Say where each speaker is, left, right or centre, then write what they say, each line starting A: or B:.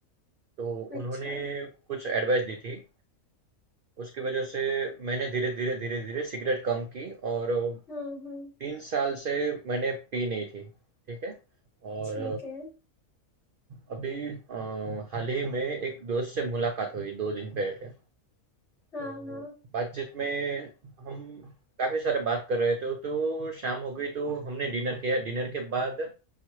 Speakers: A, on the right; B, on the left.
A: तो
B: अच्छा
A: उन्होंने कुछ एडवाइस दी थी। उसकी वजह से मैंने धीरे-धीरे, धीरे-धीरे सिगरेट कम की और
B: हम्म हम्म
A: 3 साल से मैंने पी नहीं थी, ठीक है? और
B: ठीक है
A: अभी अ, हाल ही में एक दोस्त से मुलाकात हुई 2 दिन पहले,
B: हाँ
A: तो
B: हाँ
A: बातचीत में हम काफ़ी सारे बात कर रहे थे, तो शाम हो गई तो हमने डिनर किया। डिनर के बाद